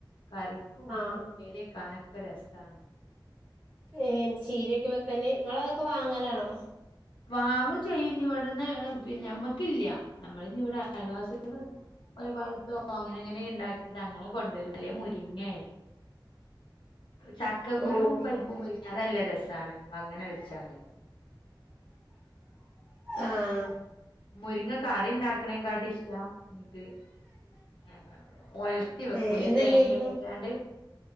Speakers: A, on the left; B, on the right.
A: കറി ക്കും
B: ആഹ്
A: ഞ്ഞു ഉപ്പേരിയെക്കാനൊക്കെ രെസാണ്.
B: ഏ ചീരയൊക്കെ വെക്കന് ങ്ങളതൊക്കെ വാങ്ങലാണോ.
A: വാങ്ങും ചെയ്യും ഞ് ഇവട്ന്ന് പിന്നെ ഞമ്മക്കില്ല നമ്മളിഞ്ഞിവിടെ അയൽവാസി ഒരുപാടത്തോ അങ്ങനെ അങ്ങനെ ഇണ്ടാക്കിയത് അങ്ങനെ കൊണ്ടുവരല്ലേ മുരിങ്ങേ. ചക്കകുരുവും
B: ഓഹ്
A: പരിപ്പും മുരിങ്ങയെല അത് നല്ല രസമാണ് അങ്ങനെ വെച്ചാല്.
B: ആഹ്
A: മുരിങ്ങ കറി ഇണ്ടാക്കണേക്കാട്ടി ഇഷ്ടവാ എനിക്ക്- ആഹ് ആഹ് ഒലർത്തി വെക്കൂലെ
B: ഏഹ് ഇന്നെന്തായിരുന്നു
A: തേങ്ങക്കെട്ടാണ്ട്.